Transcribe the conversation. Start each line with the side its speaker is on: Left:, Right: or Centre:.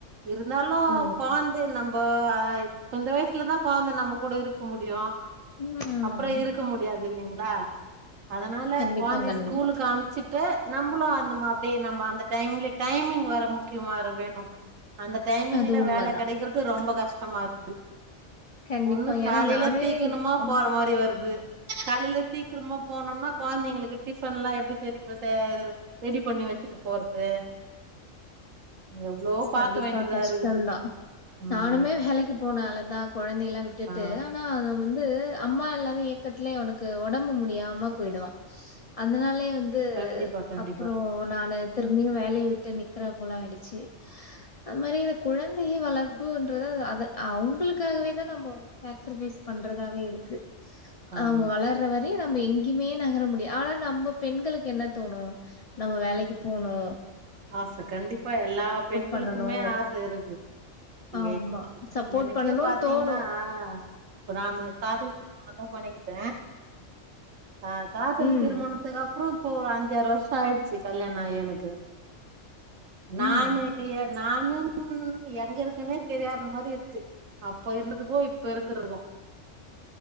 Right: இருந்தாலும்
Left: ஓ!
Right: கொழந் இது நம்போ ஆ இப்ப இந்த வய்சுலதா கொழ்ந்த நம்ம கூட இருக்க முடியு
Left: ம்.
Right: அப்பறோ இருக்க முடியாது இல்லீங்ளா அதுனால
Left: கண்டிப்பா,
Right: கொழ்ந்தய
Left: கண்டிப்பா.
Right: ஸ்கூலுக் அம்ச்சுட் டு நம்பளு அந்த மா அப்டே நம்ப அந்த டைம்லே டைமிங் வேற முக்கியமா இரு வேணு அந்த டைமிங்ல
Left: அது உண்மதான்.
Right: வேல கெடைக்கறது ரொம்போ கஷ்டமாரு
Left: கண்டிப்பா.
Right: ஒன்னு
Left: ஏன்னா
Right: காலைல
Left: நானே
Right: சீக்கிணுமா
Left: அ.
Right: போற மாரி வருது காலைல சீக்ரமா போனோனா கொழ்ந்தைங்ளுக்கு டிஃபன்லா எப்டி செரி ப சேய்ரது ரெடி பண்ணி வெச்சுட்டு போறது எவ்ளோ
Left: கண்டிப்பா
Right: பாக்க வேண்டியதா
Left: கஷ்டந்தா
Right: இருக்குது ம்
Left: நானுமே வேலைக்கு போன ஆளுதா கொழந்தைலா விட்டுட்டு
Right: ஆ
Left: நா அவ வந்து அம்மா இல்லாத ஏ க்கத்லே அவனுக்கு ஒடம்பு முடியாம போய்டுவா அதனாலயே வந் து
Right: கண்டிப்பா கண்டிப்பா
Left: அப்றோ நானு திரும்பியு வேலய விட்டு நிக்கற போல ஆய்டுச்சி அது மாரி இந்த குழந்தை வளர் புன்றத அத அவுங்ளுக்காகவே தா நம்ப வந்து சேக்ரிஃபைஸ் பண்றதாவே இருக்கு
Right: ஆமா
Left: அவங்க வளர்ற வரையு நம்ப எங்கயுமே நகர முடியா ஆனா நம்ப பெண்களுக்கு என்ன தோணு நம்ம வேலைக்கு போணு
Right: ஆச கண்டிப்பா எல்லா பெண்களுக்குமே
Left: பண்ணணும்.
Right: ஆச இருக்கு
Left: ஆமா.
Right: எ
Left: சப்போர்ட்
Right: எனக்கே
Left: பண்ணணும்னு
Right: பாத்தீங்னா
Left: தோணும்.
Right: ஆ இப்ப நானு காதல் திருமணதா பண்ணிகிட்ட ஆ காதல்
Left: ம்,
Right: திருமணத்துக்கு அப்றோ இப்போ ஒரு அஞ்சாறு வர்ஷோ ஆயிடுச்சி கல்யாண ஆயி எனக்கு நானு
Left: ம்.
Right: எ நானும் ம் எங்க இருக்குன்னே தெரியாத மாரி இருக்கு அப்ப இருந்ததுக்கும் இப்ப இருக்கறதுக்கும்